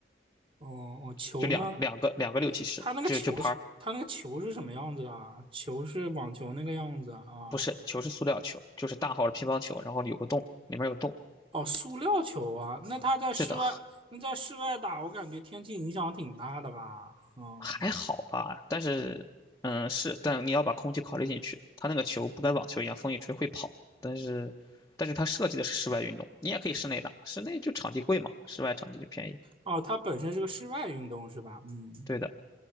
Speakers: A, on the right; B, on the left.
A: 哦哦，球呢？
B: 就两两个两个六七十，
A: 它那个球是它那个球是什么样子啊？
B: 就就拍儿，
A: 球是网球那个样子啊？
B: 不是球是塑料球，就是大号的乒乓球，然后有个洞，里面有洞。
A: 哦，塑料球啊？那它在室外，
B: 是的，
A: 那在室外打，我感觉天气影响挺大的吧？嗯，
B: 还好吧，但是，嗯，是，但你要把空气考虑进去。它那个球不跟网球一样，风一吹会跑，但是，但是它设计的是室外运动，你也可以室内打，室内就场地贵嘛，室外场地就便宜。
A: 哦，它本身是个室外运动是吧？嗯。
B: 对的，